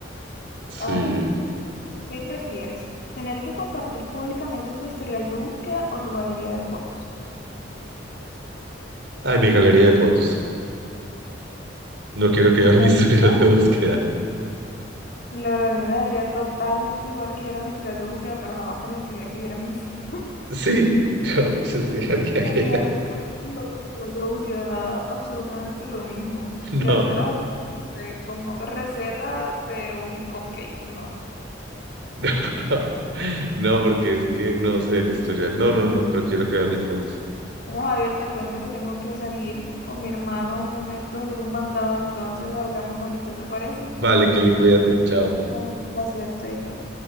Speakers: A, on the right; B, on the left.
A: sí.
B: A ver, ¿qué prefieres? ¿Tener que compartir públicamente tu historial de búsqueda o tu galería de fotos?
A: Ay, mi galería de fotos. No quiero que vean
B: Pero
A: mi <laughs> historial
B: no,
A: de búsqueda.
B: Lola, a mí me daría totalmente igual que yo era mi historial de búsqueda, pero jamás permitiría que viera mi <laughs> foto.
A: Sí, <laughs> no, yo sí haría
B: Cuando
A: que la-
B: la búsqueda me da absolutamente lo mismo.
A: No,
B: Que van a buscar de como receta de un cupcake, no.
A: no. <laughs> No, porque es que no sé el historial. No, no, no, prefiero que vean mis fotos.
B: Bueno, Javier, te cuento que tengo que salir con mi hermano un momento, a hacer un mandado, entonces hablamos ahorita, ¿te parece?
A: Vale, Kelly, cuídate. Chao.
B: Un placer, Chaito.